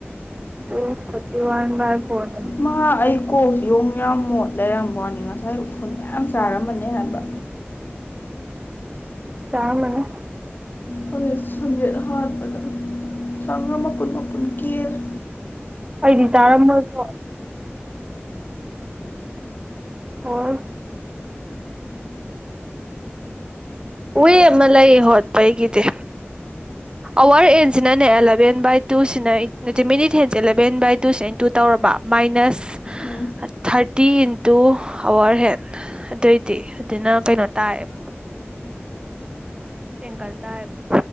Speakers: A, on the right; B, on the left.
A: two forty one by four
B: ꯃꯍꯥꯛ ꯑꯩ ꯀꯣꯛꯁꯤ ꯌꯦꯣꯡ ꯌꯥꯝ ꯃꯣꯠ ꯂꯩꯔꯝꯕꯅꯤ ꯉꯁꯥꯏ ꯎꯐꯨꯜ ꯃꯌꯥꯝ ꯆꯥꯔꯝꯕꯅꯤ ꯍꯥꯏꯕ
A: ꯆꯔꯃꯅꯦ
B: ꯍꯧꯖꯤꯛ ꯁꯝꯖꯦꯠ ꯍꯥꯠꯄꯗ ꯁꯝ ꯃꯄꯨꯜ ꯃꯄꯨꯜ ꯀꯦꯂꯦ
A: ꯑꯩꯗꯤ ꯇꯥꯔꯝꯃꯁꯨ ꯍꯣꯏ ꯋꯦ ꯑꯃ ꯂꯩ ꯍꯣꯠꯄ ꯑꯩꯒꯤꯗꯤ ꯑꯋꯥꯔ ꯍꯦꯟꯁꯤꯅꯅꯦ ꯑꯦꯂꯚꯦꯟ ꯕꯥꯏ ꯇꯨꯁꯤꯅ ꯅꯠꯇ ꯃꯤꯅꯤꯠ ꯍꯦꯟꯁꯦ ꯑꯦꯂꯚꯦꯟ ꯕꯥꯏ ꯇꯨꯁꯤꯅ ꯏꯟꯇꯨ ꯇꯧꯔꯕ ꯃꯥꯏꯅꯁ
B: ꯎꯝ
A: ꯊꯥꯔꯇꯤ ꯏꯟꯇꯨ ꯑꯋꯥꯔ ꯍꯦꯟ ꯑꯗꯨꯑꯣꯏꯗꯤ ꯑꯗꯨꯅ ꯀꯩꯅꯣ ꯇꯥꯏꯌꯦꯕ ꯇꯦꯡꯀꯜ ꯇꯥꯏꯌꯦꯕ